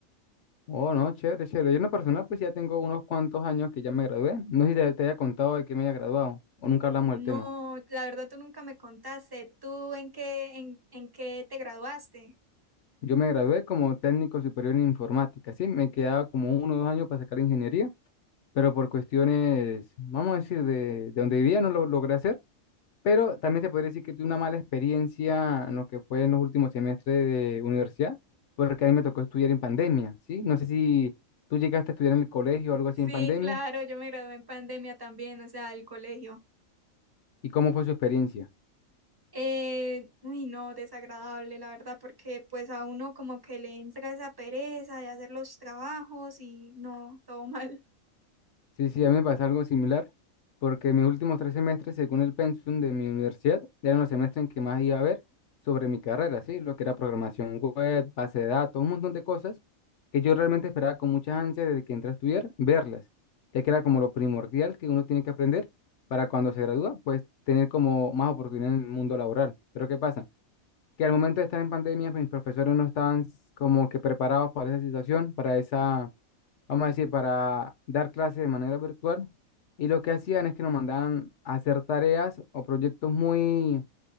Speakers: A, on the left; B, on the right.
A: Oh, no, chévere, chévere. Yo en lo personal pues ya tengo unos cuantos años que ya me gradué. No sé si te, te había contado de que me había graduado o nunca hablamos
B: No,
A: del tema.
B: la verdad tú nunca me contaste. ¿Tú en qué, en, en qué te graduaste?
A: Yo me gradué como técnico superior en informática, ¿sí? Me quedaba como uno o dos años para sacar ingeniería pero por cuestiones, vamos a decir, de, de donde vivía no lo logré hacer, pero también se podría decir que tuve una mala experiencia en lo que fue en los últimos semestres de universidad, porque a mí me tocó estudiar en pandemia, ¿sí? No sé si tú llegaste a estudiar en el colegio o algo así
B: Sí,
A: en pandemia,
B: claro, yo me gradué en pandemia también, o sea, del colegio.
A: ¿y cómo fue su experiencia?
B: Eh, uy, no, desagradable, la verdad, porque pues a uno como que le entra esa pereza de hacer los trabajos y no, todo mal.
A: Sí, sí, a mí me pasa algo similar, porque mis últimos tres semestres, según el pensum de mi universidad, eran los semestres en que más iba a ver sobre mi carrera, ¿sí? Lo que era programación web, base de datos, un montón de cosas que yo realmente esperaba con muchas ansias desde que entré a estudiar, verlas, ya que era como lo primordial que uno tiene que aprender para cuando se gradúa, pues tener como más oportunidades en el mundo laboral. Pero ¿qué pasa? Que al momento de estar en pandemia, pues, mis profesores no estaban como que preparados para esa situación, para esa vamos a decir, para dar clases de manera virtual. Y lo que hacían es que nos mandaban a hacer tareas o proyectos muy,